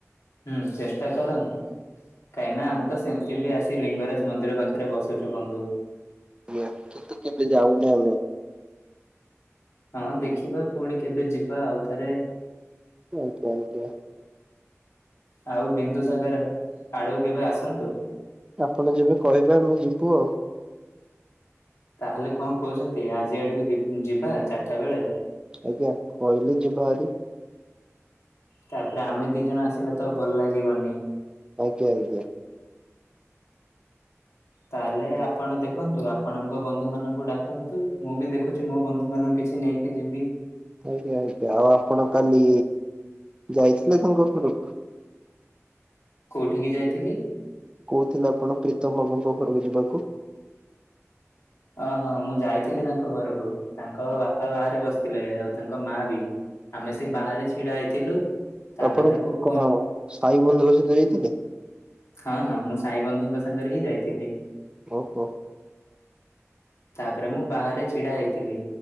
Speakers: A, on the left (about 65°); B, on the right (about 20°).
A: ହୁଁ ଚେଷ୍ଟା କରନ୍ତୁ। କାହିଁକି ନା ଆମେ ତ ସେମତି ବି ଆସି ଲିଙ୍ଗରାଜ ମନ୍ଦିର ପାଖରେ ବସୁଚୁ ବନ୍ଧୁ।
B: ଆଜ୍ଞା କିନ୍ତୁ କେବେ ଯାଉନି ଆମେ।
A: ହଁ ଦେଖିବା ପୁଣି କେବେ ଯିବା ଆଉଥରେ।
B: ଆଜ୍ଞା ଆଜ୍ଞା।
A: ଆଉ ବିନ୍ଦୁସାଗର ଆଡକୁ କେବେ ଆସନ୍ତୁ।
B: ଆପଣ ଯେବେ କହିବେ ଆମେ ଯିବୁ ଆଉ
A: ତାହେଲେ କଣ କହୁଛନ୍ତି ଆଜି ଆଡକୁ ଯିବା ଚାରିଟା ବେଳେ?
B: ଆଜ୍ଞା କହିଲେ ଯିବା ହାରି।
A: ତାପରେ ଆମେ ଦି ଜଣ ଆସିଲେ ତ ଭଲ ଲାଗିବନି?
B: ଆଜ୍ଞା ଆଜ୍ଞା
A: ତାହେଲେ ଆପଣ ଦେଖନ୍ତୁ ଆପଣଙ୍କ ବନ୍ଧୁ ମାନଙ୍କୁ ଡାକନ୍ତୁ ମୁଁ ବି ଦେଖୁଛି ମୋ ବନ୍ଧୁ ମାନଙ୍କୁ କିଛି ନେଇକି କି ଯିବି।
B: ଆଜ୍ଞା ଆଜ୍ଞା ଆଉ ଆପଣ କାଲି ଯାଇଥିଲେ ଗଙ୍ଗପୁର କୁ?
A: କୋଉଠିକି ଯାଇଥିଲି?
B: କହୁଥିଲେ ଆପଣ ପ୍ରୀତମ ବାବୁଙ୍କ ଘରକୁ ଯିବାକୁ?
A: ଅହ ମୁଁ ଯାଇଥିଲି ତାଙ୍କ ଘରକୁ ତାଙ୍କ ବାପା ବାହାରେ ବସିଥିଲେ ଆଉ ତାଙ୍କ ମା ବି। ଆମେ ସେ ବାହାରେ ଛିଡା ହେଇଥିଲୁ। ତାପରେ
B: ଆପଣଙ୍କ
A: ତାକୁ ଫୋନ
B: ଅଁ ସାଇ ବନ୍ଧୁ ଙ୍କ ସହିତ ଯାଇଥିଲେ।
A: ହଁ ହଁ ମୁଁ ସାଇ ବନ୍ଧୁଙ୍କ ସାଙ୍ଗରେ ହିଁ ଯାଇଥିଲି।
B: ଓହୋ।
A: ତାପରେ ମୁଁ ବାହାରେ ଛିଡା ହେଇଥିଲି।